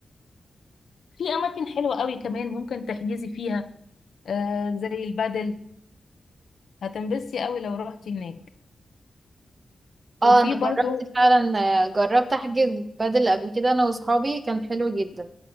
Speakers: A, on the left; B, on the right.
A: في أماكن حلوة قوي كمان ممكن تحجزي فيها آه زي البادل هتنبسي قوي لو رحتي هناك
B: اه
A: وفي
B: انا
A: برضو
B: جربت فعلا آه، جربت احجز بدل قبل كده انا واصحابي كان حلو جدا